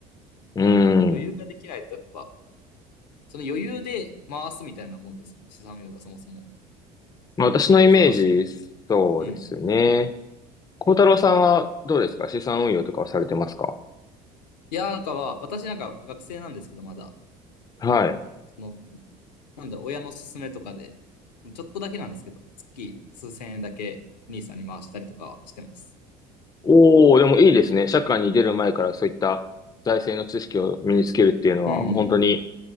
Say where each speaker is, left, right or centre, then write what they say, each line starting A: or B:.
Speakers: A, on the left; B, on the left.
A: うん。
B: 余裕ができないと、やっぱ、その余裕で回すみたいなもんですもんね、資産運用がそもそも。
A: まあ、私のイメージ、
B: いや、常識的に。
A: そうですね。
B: うん。
A: 幸太郎さんはどうですか資産運用とかはされてますか
B: いやー、なんかは、私なんか学生なんですけど、まだ、
A: はい。
B: その、なんだろう、親の勧めとかで、ちょっとだけなんですけど、月数千円だけ兄さんに回したりとかしてます。
A: おお、でもいいですね。社会に出る前からそういった財政の知識を身につけるっていうのは、
B: うん。
A: もう本当に、